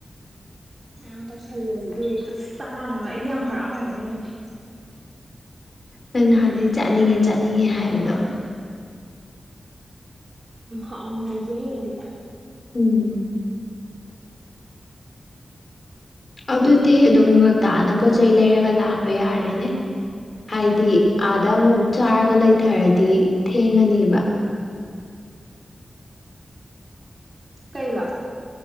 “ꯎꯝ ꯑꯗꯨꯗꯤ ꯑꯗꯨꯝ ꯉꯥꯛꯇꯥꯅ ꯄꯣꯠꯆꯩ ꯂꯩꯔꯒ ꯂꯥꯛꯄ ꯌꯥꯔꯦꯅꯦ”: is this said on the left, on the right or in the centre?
Left